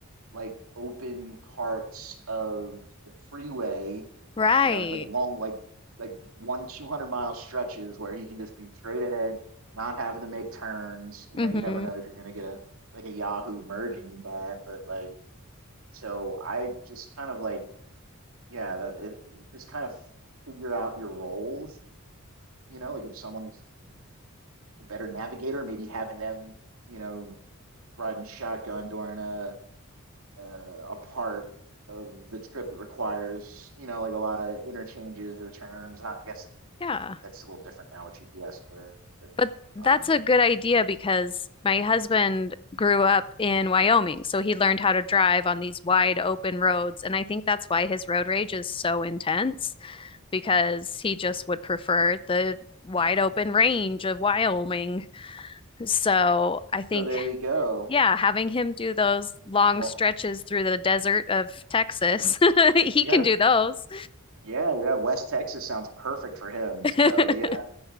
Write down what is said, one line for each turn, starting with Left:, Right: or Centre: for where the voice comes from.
Right: like open parts of the freeway,
Left: right.
Right: you know, like long, like like one 200 mile stretches where he can just be straight ahead, not having to make turns. You
Left: hmm
Right: know, you never know if you're gonna get a like a Yahoo merging bat, but like so I just kind of like yeah, that it, just kind of figure out your roles. You know, like if someone's a better navigator, maybe having them, you know, riding shotgun during a uh, a part of the trip that requires, you know, like a lot of interchanges or turns. I guess
Left: Yeah.
Right: that's a little different now with GPS, but but
Left: But that's
Right: um,
Left: a good idea because my husband grew up in Wyoming, so he learned how to drive on these wide open roads. And I think that's why his road rage is so intense because he just would prefer the wide open range of Wyoming. So I think,
Right: so there you go.
Left: yeah, having him do those long
Right: Well,
Left: stretches through the desert of Texas, <laughs> he
Right: yeah,
Left: can do those.
Right: yeah, yeah. West Texas sounds perfect for him.
Left: <laughs>
Right: So yeah,